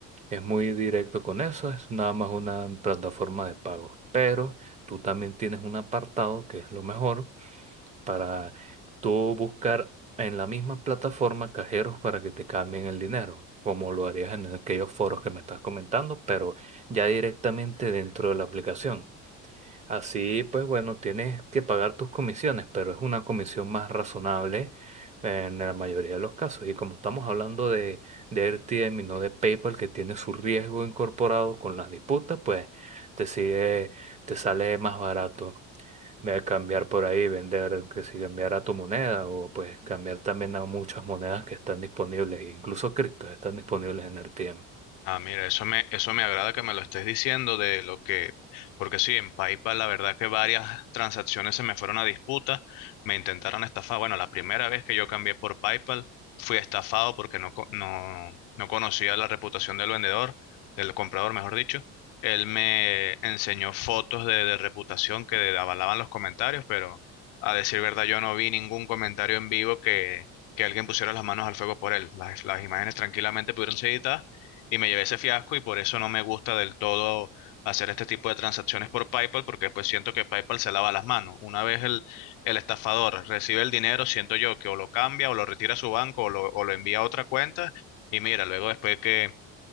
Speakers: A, on the right (about 20°); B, on the left (about 75°).
A: es muy directo con eso, es nada más una plataforma de pago. Pero tú también tienes un apartado que es lo mejor para tú buscar en la misma plataforma cajeros para que te cambien el dinero, como lo harías en aquellos foros que me estás comentando, pero ya directamente dentro de la aplicación. Así, pues bueno, tienes que pagar tus comisiones, pero es una comisión más razonable en la mayoría de los casos. Y como estamos hablando de, de RTM y no de PayPal, que tiene su riesgo incorporado con las disputas, pues te sigue, te sale más barato eh, cambiar por ahí, vender, que si cambiar a tu moneda o pues cambiar también a muchas monedas que están disponibles, incluso criptos están disponibles en RTM.
B: Ah, mira, eso me, eso me agrada que me lo estés diciendo de lo que, porque sí, en PayPal la verdad que varias transacciones se me fueron a disputa, me intentaron estafar. Bueno, la primera vez que yo cambié por PayPal fui estafado porque no, co- no, no conocía la reputación del vendedor, del comprador, mejor dicho. Él me enseñó fotos de, de reputación que avalaban los comentarios, pero a decir verdad yo no vi ningún comentario en vivo que, que alguien pusiera las manos al fuego por él. Las, las imágenes tranquilamente pudieron ser editadas y me llevé ese fiasco y por eso no me gusta del todo hacer este tipo de transacciones por PayPal porque después siento que PayPal se lava las manos. Una vez el, el estafador recibe el dinero, siento yo que o lo cambia o lo retira a su banco o lo, o lo envía a otra cuenta y mira, luego después qué,